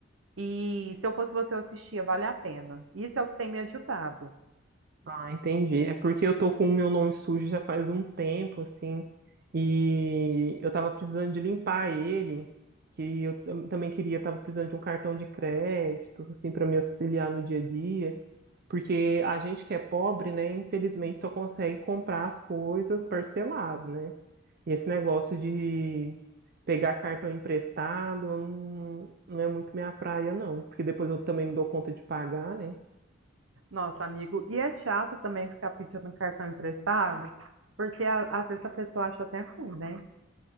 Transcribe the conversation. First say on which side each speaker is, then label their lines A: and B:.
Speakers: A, on the right; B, on the right.
A: E se eu fosse você, eu assistia, vale a pena. Isso é o que tem me ajudado.
B: Ah, entendi. É porque eu tô com o meu nome sujo já faz um tempo, assim, e eu tava precisando de limpar ele, que eu tam- também queria, tava precisando de um cartão de crédito, assim, para me auxiliar no dia a dia, porque a gente que é pobre, né, infelizmente só consegue comprar as coisas parcelado, né? E esse negócio de pegar cartão emprestado não, não é muito minha praia, não, porque depois eu também não dou conta de pagar, né?
A: Nossa, amigo, e é chato também ficar pedindo cartão emprestado, porque a- às vezes a pessoa acha até ruim, né?